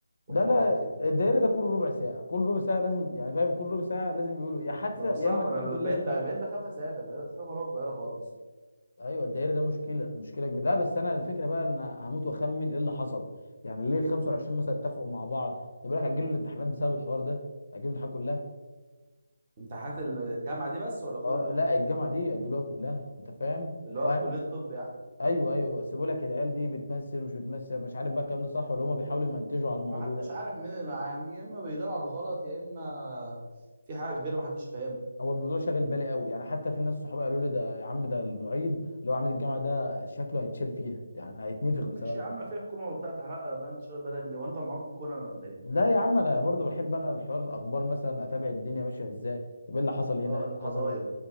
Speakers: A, on the right; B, on the left.
A: وحوارات
B: لا لا
A: كده
B: الدايرة ده كل ربع ساعة كل ربع ساعة لازم يعني فاهم كل ربع ساعة لازم يقولوا يا حادثة
A: بقى صعب
B: يا اما الحمد
A: انا
B: لله
A: بقيت
B: دي
A: بقيت بخاف اسافر بقيت بخاف اروح القاهره خالص
B: ايوه الدائري ده مشكله مشكله كبيره لا بس انا الفكره بقى ان هموت واخمن ايه اللي حصل يعني ليه ال 25 مثلا اتفقوا مع بعض طب لك اجلوا الامتحانات بسبب الحوار ده اجلوا الامتحانات كلها
A: امتحانات الجامعه دي بس ولا كله
B: اه لا الجامعه دي اجلوها كلها انت فاهم
A: اللي هو
B: وهم...
A: كلية طب يعني
B: ايوه ايوه سيبوا لك العيال دي بتمثل ومش بتمثل مش عارف بقى الكلام ده صح ولا هم بيحاولوا يمنتجوا على الموضوع
A: محدش عارف مين اللي معاه يا اما بيدور على الغلط يا اما في حاجة كبيرة محدش فاهمها
B: هو الموضوع شاغل بالي قوي يعني حتى في ناس صحابي قالوا لي ده يا عم ده المعيد اللي هو عميد الجامعه ده شكله هيتشال فيها يعني هيتنفخ بسببها
A: ماشي يا عم في حكومة وبتاع تحقق بقى انت شغال بالك ليه وانت معاق كونان ولا ايه؟
B: لا يا عم انا برضه بحب انا الحوار الاخبار مثلا اتابع الدنيا ماشيه ازاي طب ايه اللي حصل هنا
A: اه
B: ايه اللي
A: القضايا
B: حصل هنا